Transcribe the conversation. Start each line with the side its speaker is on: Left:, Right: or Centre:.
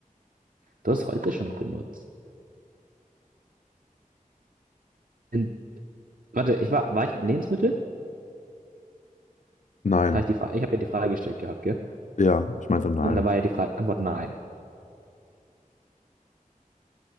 Right: du hast heute schon benutzt. In, warte, ich war, war ich in Lebensmittel?
Left: Nein,
Right: Habe ich die Frage, ich habe ja die Frage gestellt gehabt, gell?
Left: ja, ich meinte nein.
Right: Und da war ja die Frage, Antwort nein.